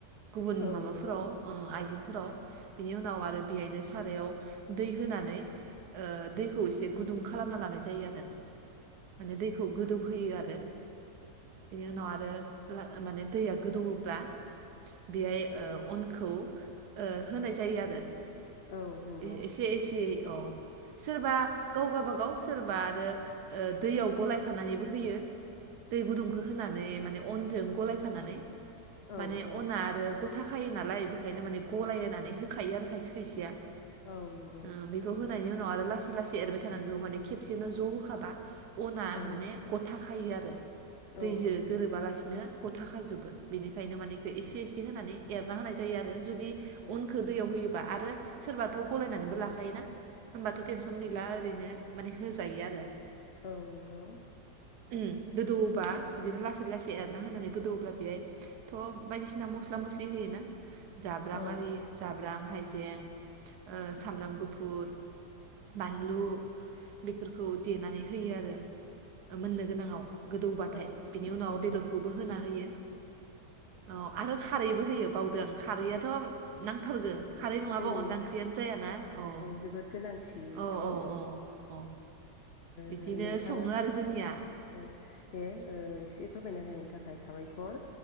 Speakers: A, on the right (about 70°); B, on the left (about 75°).
A: गुबुन
B: औ
A: माबाफोराव
B: नंगौ
A: ओ आइजेंफोराव बिनि उनाव आरो बेहायनो सारायाव दै होनानै ओ दैखौ एसे गुदुं खालामना लानाय जायो आरो माने दैखौ गोदौहोयो आरो बिनि उनाव आरो मा-माने दैया गोदौवोब्ला बेहाय अनखौ ओ होनाय जायो आरो एसे
B: औ नंगौ
A: एसे औ सोरबा गाव गावबागाव सोरबा आरो दैयाव गलाय खानानैबो होयो। दै गुदुंखौ होनानै माने अनजों गलायखानानै
B: औ
A: माने
B: औ
A: अना आरो गथाखायो नालाय बेखायनो माने गलायनानै होखायो आरो खायसे खायसेया
B: औ नंगौ।
A: ओ बेखौ होनायनि उनाव आरो लासै लासै एरबाय थानांगौ माने खेबसेनो ज' होखाबा अना
B: औ
A: माने गथा होयो आरो।
B: औ
A: दैजों
B: औ
A: गोरोबालासिनो गथा खाजोबो बिनिखायनो मानिे एसे एसे होनानै एरना होनाय जायो आरो। जुदि
B: औ
A: अनखौ
B: औ
A: दैयाव होयोबा आरो। सोरबाथ' गलायनानैबो लाखायोना। होमबाथ' टेनसन गैला ओरैनो माने होजायो आरो।
B: औ नंगौ।
A: ओम गोदौबा बिदिनो लासै लासै एरना होनानै गोदौब्ला बेहाय थ' बायदिसिना मस्ला मस्लि बिदि होयोना जाब्रां
B: औ
A: आरि जाब्रां हाइजें ओ सामब्राम गुफुर बानलु बेफोरखौ देनानै होयो आरो। मोननो गोनाङाव गोदौबाथाय
B: औ
A: बिनि
B: औ
A: उनाव
B: औ
A: बेदरखौबो होना होयो अ आरो खारैबो होयो बाव दों खारैयाथ' नांथारगो खारै नङाबा
B: जोंनि
A: अनला ओंख्रियानो जायाना औ
B: जोबोद गोनांथि बेथ'
A: औ
B: ओ
A: औ औ औ। बिदिनो
B: नोंथाङा
A: सङो आरो जोंनिया
B: औ दे ओ एसे फोरमायनो होनायनि थाखाय साबायखर।